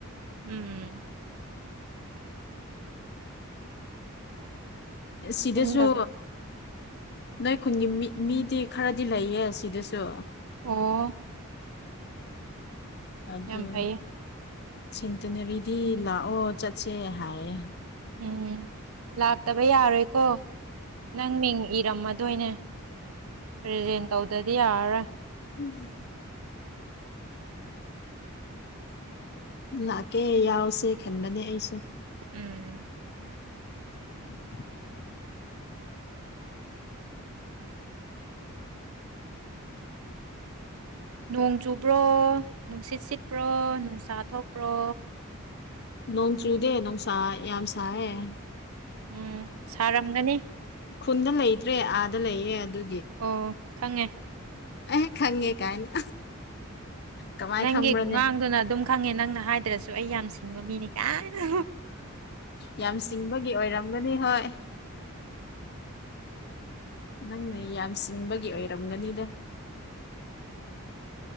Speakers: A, on the right; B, on the left.
A: ꯎꯝ
B: ꯁꯤꯗꯁꯨ
A: ꯄꯨꯟꯗꯕ
B: ꯅꯣꯏ ꯈꯨꯟꯒꯤ ꯃꯤ ꯃꯤꯗꯤ ꯈꯔꯗꯤ ꯂꯩꯌꯦ ꯁꯤꯗꯁꯨ
A: ꯑꯣ
B: ꯑꯗ
A: ꯌꯥꯝ ꯐꯩꯌꯦ
B: ꯁꯤꯟꯇꯅꯔꯤꯗꯤ ꯂꯥꯛꯑꯣ ꯆꯠꯁꯦ ꯍꯥꯏꯌꯦ
A: ꯎꯝ ꯂꯥꯛꯇꯕ ꯌꯥꯔꯣꯏꯀꯣ ꯅꯪ ꯃꯤꯡ ꯏꯔꯝꯃꯗꯣꯏꯅꯦ ꯄ꯭ꯔꯖꯦꯟ ꯇꯧꯗꯗꯤ ꯌꯥꯔꯔꯣꯏ
B: ꯎꯝ ꯂꯥꯛꯀꯦ ꯌꯥꯎꯁꯦ ꯈꯟꯕꯅꯦ ꯑꯩꯁꯨ
A: ꯎꯝ
B: <inaudible>
A: ꯅꯣꯡ ꯆꯨꯕ꯭ꯔꯣ ꯅꯨꯡꯁꯤꯠ ꯁꯤꯠꯄ꯭ꯔꯣ ꯅꯨꯡꯁꯥ ꯊꯣꯛꯄ꯭ꯔꯣ
B: ꯅꯣꯡ ꯆꯨꯗꯦ ꯅꯨꯡꯁꯥ ꯌꯥꯝ ꯁꯥꯏꯌꯦꯦ
A: ꯎꯝ ꯁꯥꯔꯝꯒꯅ
B: ꯈꯨꯟꯗ ꯂꯩꯇ꯭ꯔꯦ ꯑꯥꯗ ꯂꯩꯌꯦ ꯑꯗꯨ
A: ꯑꯣ ꯈꯪꯉꯦ
B: ꯑ ꯈꯪꯉꯦ ꯀꯥꯏꯅ ꯀꯃꯥꯏ
A: ꯅꯪꯒꯤ
B: ꯈꯪꯕ꯭ꯔꯅꯦ
A: ꯈꯨꯡꯒꯥꯡꯗꯨꯅ ꯑꯗꯨꯝ ꯈꯪꯉꯦ ꯅꯪꯅ ꯍꯥꯏꯗ꯭ꯔꯁꯨ ꯑꯩ ꯌꯥꯝ ꯁꯤꯡꯕ ꯃꯤꯅꯤ ꯀꯥꯏꯅ
B: ꯌꯥꯝ ꯆꯤꯡꯕꯒꯤ ꯑꯣꯏꯔꯝꯒꯅꯤ ꯍꯣꯏ ꯅꯪꯅ ꯌꯥꯝ ꯆꯤꯡꯕꯒꯤ ꯑꯣꯏꯔꯝꯒꯅꯤꯗ